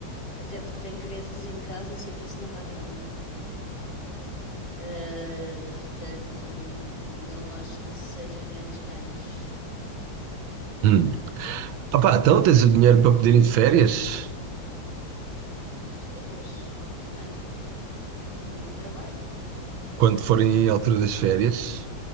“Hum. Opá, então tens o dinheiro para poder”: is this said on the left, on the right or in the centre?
Right